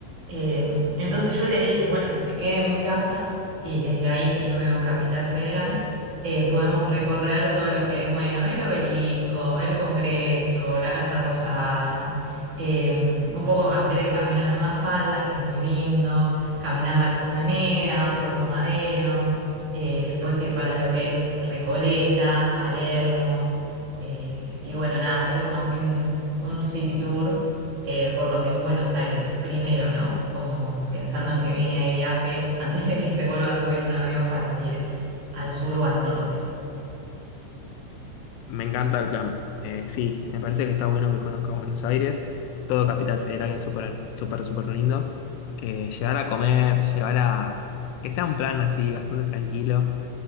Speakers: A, on the right (about 45°); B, on the left (about 80°).
A: Eh, entonces yo le dije, bueno, que se quede en mi casa y desde ahí que yo vivo en Capital Federal, eh, podemos recorrer todo lo que es, bueno, el obelisco, el Congreso, la Casa Rosada, eh, un poco hacer el camino de Mafalda, que es muy lindo, caminar la Costanera, Puerto Madero, eh, después ir para lo que es Recoleta, Palermo, eh, y bueno, nada, hacer como así un, un city tour eh, por lo que es Buenos Aires, primero, ¿no? Como pensando en que viene de viaje <laughs> antes de que se vuelva a subir un avión para ir al sur o al norte.
B: Me encanta el plan. Eh, sí, me parece que está bueno que conozca Buenos Aires. Todo Capital Federal es súper, súper, súper lindo. Eh, llegar a comer, llegar a... Que sea un plan así, bastante tranquilo.